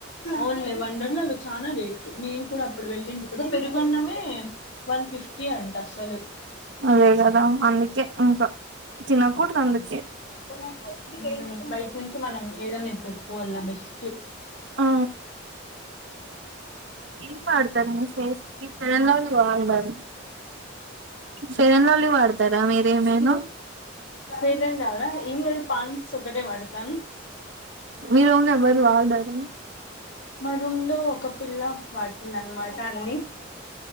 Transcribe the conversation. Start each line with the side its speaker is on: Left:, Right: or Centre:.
Left: ఓన్లే వండర్లు అలో చాలా రేట్ నేను కూడా అప్పుడు వెళ్ళింటి కదా పెరుగున్నమే వన్ ఫిఫ్టీ అంట అసలు
Right: అదే కదా అందుకె ఇంకా తిన కుడదు అందుకె
Left: ఉమ్, బయట నుంచి మనం ఏదన్నా ఎతుక్కోవాల బెస్ట్ ఆ
Right: ఆ ఏం వాడతారు మీ ఫేస్ కి ఫెయిర్ అండ్ లవ్లీ వాడతారు ఫెయిర్ అన్ లవ్లీ వాడతారా మీరేమైనా
Left: ఫేరన్ లవలా ఎం లేదు పాండ్స్ ఒకటే వాడతాను
Right: మె రూంలో లో ఎవ్వరు వాడరా
Left: మా రూమ్ లో ఒక పిల్ల వాడుతుంద అనమాట అన్ని